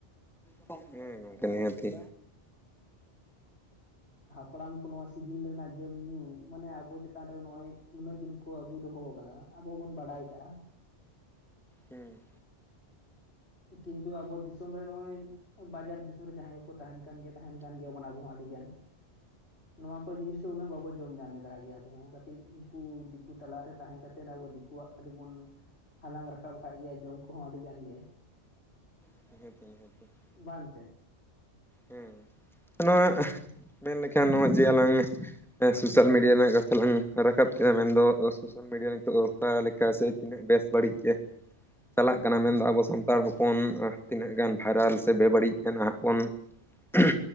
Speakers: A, in the centre; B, on the left.
A: ᱦᱩᱸ ᱜᱚᱢᱠᱮ ᱱᱤᱦᱟᱹᱛᱤ᱾
B: ᱠᱚᱲᱟᱢ ᱠᱚ ᱱᱚᱣᱟ ᱥᱤᱡᱤᱱ ᱨᱮᱱᱟᱜ ᱡᱚᱢ ᱧᱩ ᱢᱟᱱᱮ ᱟᱵᱚ ᱪᱮᱛᱟᱱ ᱨᱮ ᱱᱚᱜ-ᱚᱭ ᱱᱩᱱᱟᱹᱜ ᱫᱤᱱ ᱠᱚ ᱟᱹᱜᱩ ᱫᱚᱦᱚ ᱟᱠᱟᱫᱟᱼᱼ ᱟᱵᱚ ᱦᱚᱸᱵᱚᱱ ᱵᱟᱰᱟᱭ ᱠᱟᱜ-ᱟ᱾
A: ᱦᱩᱸ
B: ᱠᱤᱱᱛᱩ ᱟᱵᱚ ᱫᱤᱥᱚᱢ ᱨᱮ ᱱᱚᱜ-ᱚᱭ ᱵᱟᱡᱟᱨ ᱫᱤᱥᱚᱢ ᱨᱮ ᱡᱟᱦᱟᱸᱭ ᱠᱚᱠᱚ ᱛᱟᱦᱮᱸᱱ ᱠᱟᱱ ᱜᱮᱭᱟ ᱛᱟᱦᱮᱱ ᱠᱟᱱ ᱜᱮᱭᱟᱵᱚᱱ ᱟᱵᱚ ᱦᱚᱸ ᱟᱹᱰᱤᱼᱼ ᱜᱟᱱ ᱱᱚᱣᱟ ᱠᱚ ᱡᱤᱱᱤᱥ ᱫᱚ ᱩᱱᱟᱹᱜ ᱵᱟᱵᱚ ᱡᱚᱢ ᱧᱟᱢᱮᱫᱟ ᱫᱟᱲᱮᱭᱟᱜ ᱜᱮᱭᱟᱼᱼ ᱟᱵᱚ ᱦᱚᱸ ᱠᱟᱹᱴᱤᱡ ᱩᱱᱠᱩ ᱫᱤᱠᱩ ᱛᱟᱞᱟ ᱨᱮ ᱛᱟᱦᱮᱸ ᱠᱟᱛᱮᱫ ᱟᱵᱚ ᱫᱤᱠᱩᱣᱟᱜ ᱠᱟᱹᱴᱤᱡ ᱵᱚᱱᱼᱼ ᱦᱟᱞᱟᱝ ᱨᱟᱠᱟᱵ ᱟᱠᱟᱫ ᱜᱮᱭᱟ ᱡᱚᱢ ᱠᱚᱦᱚᱸ ᱟᱹᱰᱤ ᱜᱟᱱ ᱜᱮ᱾
A: <unintelligible>
B: ᱵᱟᱱ ᱛᱮ ᱾
A: ᱦᱮᱸ, ᱦᱮᱸᱜ ᱱᱚᱣᱟ ᱢᱮᱱ ᱞᱮᱠᱷᱟᱱ ᱱᱚᱜᱼᱚᱭ ᱡᱮ ᱟᱞᱟᱝᱼᱼ ᱥᱳᱥᱟᱞ ᱢᱤᱰᱤᱭᱟ ᱨᱮᱱᱟᱜ ᱠᱟᱛᱷᱟ ᱞᱟᱝ ᱨᱟᱠᱟᱵ ᱠᱮᱫᱟ ᱢᱮᱱ ᱫᱚ ᱥᱳᱥᱟᱞ ᱢᱤᱰᱤᱭᱟ ᱱᱤᱛᱚᱜ ᱚᱠᱟ ᱞᱮᱠᱟ ᱥᱮᱼᱼ ᱵᱮᱥ ᱵᱟᱹᱲᱤᱡ ᱜᱮ ᱾ ᱪᱟᱞᱟᱜ ᱠᱟᱱᱟ
B: ᱦᱮᱸ
A: ᱢᱮᱱ ᱫᱚ ᱟᱵᱚ ᱥᱟᱱᱛᱟᱲ ᱦᱚᱯᱚᱱ ᱛᱤᱱᱟᱹᱜ ᱜᱟᱱ ᱵᱷᱟᱭᱨᱟᱞ, ᱥᱮ ᱵᱮᱵᱟᱹᱲᱤᱡ ᱱᱟᱦᱟᱜ ᱵᱚᱱᱼᱼ ᱮᱦᱮ,